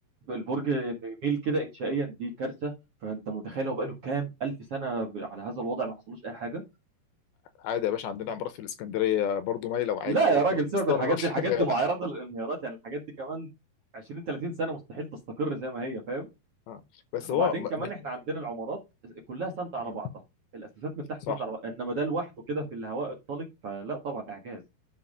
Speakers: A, on the right; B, on the left.
A: البرج انه يميل كده انشائيا دي كارثة فانت متخيل هو بقاله كام الف سنة ب- على هذا الوضع ما حصلوش اي حاجة
B: عادي يا باشا عندنا عمارات في الاسكندريه برضو مايله وعادي
A: لا
B: وربنا
A: يا راجل سيبك
B: يسترها
A: من الحاجات
B: <laughs> شغال
A: دي الحاجات دي معرضة للانهيارات يعني الحاجات دي كمان 20 30 سنة مستحيل تستقر زي ما هي فاهم
B: آه. بس
A: وبعدين
B: هو م...
A: كمان
B: م...
A: احنا عندنا العمارات كلها ساندة على
B: م.
A: بعضها الاساسات من تحت
B: صح
A: ساندة على بعضها انما ده لوحده كده في الهواء الطلق فلا طبعا اعجاز